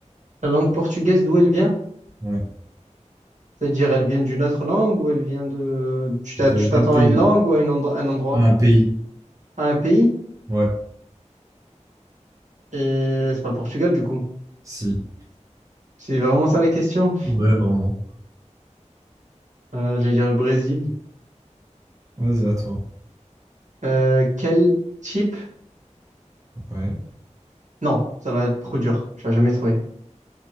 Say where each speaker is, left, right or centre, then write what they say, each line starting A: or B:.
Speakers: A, on the right; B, on the right.
A: La langue portugaise, d'où elle vient?
B: Ouais.
A: C'est-à-dire, elle vient d'une autre langue ou elle vient de... Tu t'a-
B: De
A: tu t'attends
B: quel
A: à
B: pays?
A: une langue ou à une endro- un endroit?
B: Un pays.
A: À un pays?
B: Ouais.
A: Et c'est pas le Portugal, du coup.
B: Si.
A: C'est vraiment ça la question.
B: Ouais, vraiment.
A: Euh, j'allais dire le Brésil.
B: Vas-y, à toi.
A: Euh, quel type...
B: Ouais.
A: Non, ça va être trop dur. Tu vas jamais trouver.